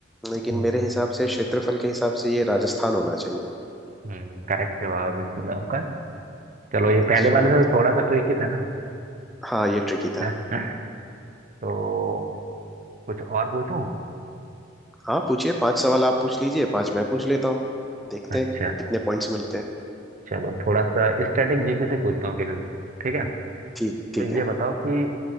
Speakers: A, in the centre; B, on the right (about 40°).
A: लेकिन
B: हम्म
A: मेरे हिसाब से क्षेत्रफल के हिसाब से ये राजस्थान होना चाहिए
B: हम्म, करेक्ट जवाब बिल्कुल आपका चलो ये
A: अच्छा
B: पहले वाले से थोड़ा सा ट्रिकी था ना
A: हाँ ये ट्रिकी था
B: <laughs> तो कुछ और पूछूं
A: हाँ पूछिए पांच सवाल आप पूछ लीजिए पांच मैं पूछ लेता हूँ देखते
B: अच्छा
A: हैं कितने पॉइंट्स मिलते हैं
B: चलो थोड़ा सा स्टैटिक जीके से पूछता हूँ फिर ठीक है
A: ठीक
B: तो
A: ठीक है
B: ये बताओ कि